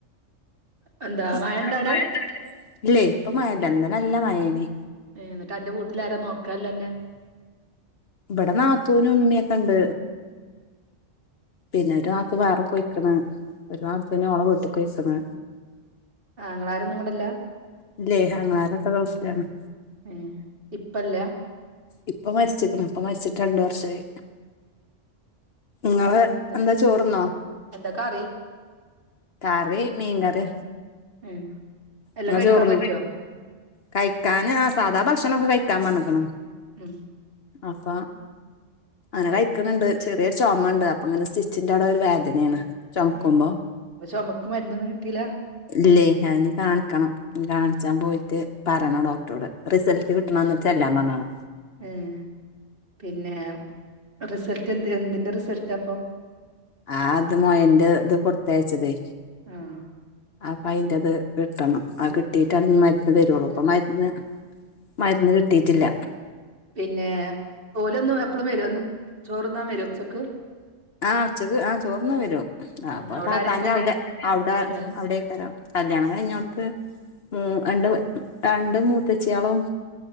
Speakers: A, on the right (about 45°); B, on the left (about 55°).
A: എന്താ
B: <unintelligible>
A: മഴ ഇണ്ടാടെ
B: ഇല്ലേ ഇപ്പ മഴയില്ല ഇന്നലെ നല്ല മഴയാണ്
A: ഏഹ് എന്നിട്ട് അൻ്റെ വീട്ടില ആരാ നോക്കാൻ ഉള്ളെ അന്നെ
B: ഇവിടെ നാത്തൂനും ഉമ്മിയൊക്കെ ഉണ്ട് <unintelligible> വേറെ പോയേക്കണ് <unintelligible> അവൾടെ വീട്ടിൽ പോയേക്കണ്
A: ആ നിങ്ങളാരും ഇന്നു ഇവിടെയില്ല
B: ഇല്ലേ ആഹ് <unintelligible>
A: ഏ ഇപ്പല്ല
B: ഇപ്പൊ മരിച്ചിരിക്കണ് ഇപ്പ മരിച്ചിട്ട് രണ്ട് വർഷമായി നിങ്ങള്
A: പിന്നെന്തൊക്കെ
B: എന്താ ചോറ്ന്നോ
A: എന്താ കറി
B: കറി മീൻകറി
A: ഉം എല്ലാം
B: നിങ്ങൾ
A: കഴിക്കാൻ
B: ചോറിണ്ടോ
A: പറ്റുവോ
B: കഴിക്കാൻ ആ സാധാ ഭക്ഷണൊക്കെ കഴിക്കാൻ പറഞ്ഞേക്കണ്
A: ഉം
B: അപ്പ അങ്ങനെ കഴിക്കുന്നുണ്ട് ചെറിയൊരു ചുമ ഉണ്ട് അപ്പൊങ്ങനെ സ്റ്റിച്ചിന്റെ അവിടെ ഒരു വേദനയാണ് ചുമക്കുമ്പോ
A: ഏഹ് അപ്പൊ ചുമക്ക് മരുന്നൊന്നും കിട്ടീല
B: ഇല്ലേ അതിന് കാണിക്കണം കാ ച്ചാൻ പോയിട്ട് പറയണം ഡോക്ടറോട് റിസൾട്ട് കിട്ടണന്ന് ചെല്ലാൻ പറഞ്ഞതാണ്
A: ആഹ് പിന്നെ റിസൾട്ട് എന്ത് എന്തിന്റെ റിസൾട്ടാപ്പൊ
B: ആഹ് അത് മോയന്റെ ഇത് കൊടുത്തയച്ചതേ
A: ആഹ്
B: അപ്പ അയിന്റെത് കിട്ടണം ആ കിട്ടിയിട്ടാണ് ഇനി മരുന്ന്
A: പിന്നെന്തൊക്കെ
B: തരുള്ളു അപ്പ മരുന്ന് മരുന്ന് കിട്ടിയിട്ടില്ല
A: പിന്നെ ഓലൊന്നും എപ്പഴും വരും ഒന്ന് ചോറുന്നാൻ വരുവോ ഉച്ചക്ക്
B: ആഹ് ഉച്ചക്ക് ആഹ് ചോറ് ഉണ്ണാൻ വരും അപ്പൊ
A: അവിടെ
B: താത്താന്റെ
A: ആരൊക്കെല്ലേ
B: അവിടെ അവിടെ
A: കല്യാണം
B: അവിടെക്കരാം കല്യാണം കഴിഞ്ഞോടത്ത് ഉം രണ്ട് രണ്ട് മൂത്തേച്ചിയളും